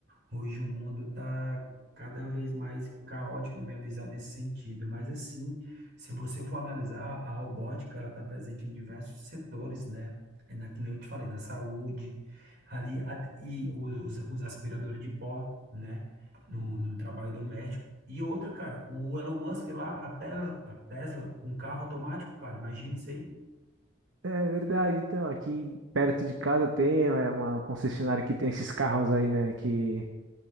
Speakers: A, on the right; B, on the right.
A: Hoje o mundo está cada vez mais caótico, na minha visão, nesse sentido. Mas, assim, se você for analisar, a robótica, ela está presente em diversos setores, né? É na, que nem eu te falei, na saúde, ali, a- e os, os aspiradores de pó, né? No, no trabalho doméstico. E outra, cara, o Elon Musk lá, a Tesla, a Tesla, um carro automático, cara, imagina isso aí.
B: É verdade. Então, aqui perto de casa tem é, uma concessionária que tem esses carros aí, né, que